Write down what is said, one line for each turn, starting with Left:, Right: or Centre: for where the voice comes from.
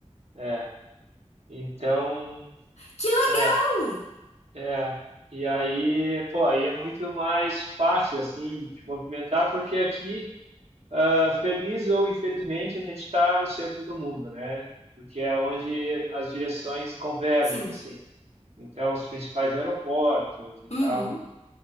Right: é. Então,
Left: Que legal!
Right: é É, e aí, pô, aí é muito mais fácil, assim, de te movimentar, porque aqui, ah, feliz ou infelizmente, a gente está no centro do mundo, né? Porque é onde as direções convergem,
Left: Sim.
Right: assim. Então, os principais aeroportos e tal.
Left: Uhum.